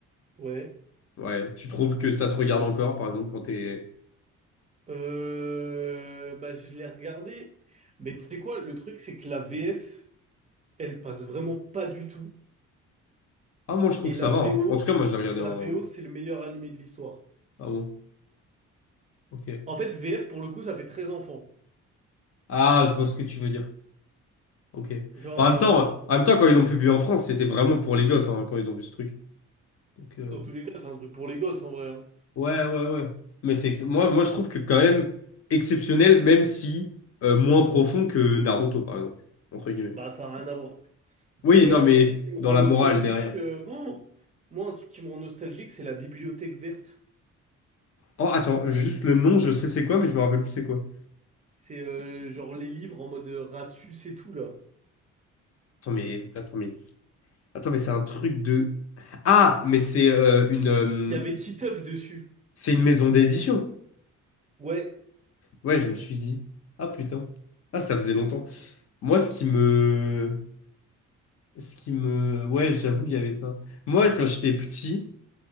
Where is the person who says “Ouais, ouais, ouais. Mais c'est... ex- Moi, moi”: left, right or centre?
Left